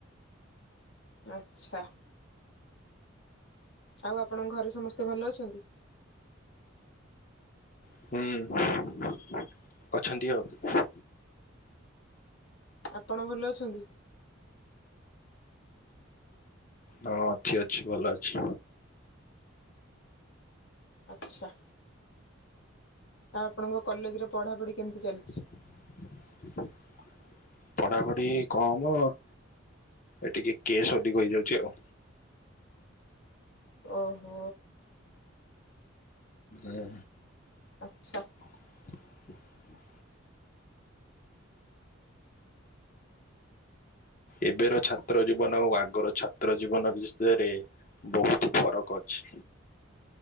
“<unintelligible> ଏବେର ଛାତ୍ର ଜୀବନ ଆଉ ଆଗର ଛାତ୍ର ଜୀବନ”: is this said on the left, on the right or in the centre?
Left